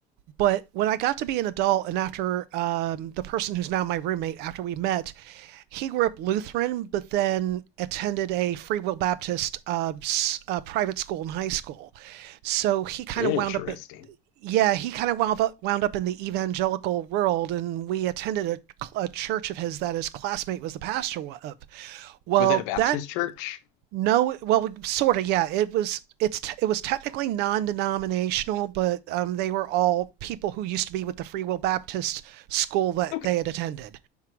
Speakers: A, on the right; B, on the left.
A: But when I got to be an adult, and after um, the person who's now my roommate, after we met, he grew up Lutheran, but then attended a Free Will Baptist uh, uh, private school in high school. So he kind
B: Interesting.
A: of wound up at yeah, he kind of wound up wound up in the evangelical world, and we attended a, a church of his that his classmate was the pastor of. Well,
B: Was it a Baptist
A: that
B: church?
A: no, well, sort of, yeah. It was it's it was technically non-denominational, but um, they were all people who used to be with the Free Will Baptist school that
B: Okay.
A: they had attended.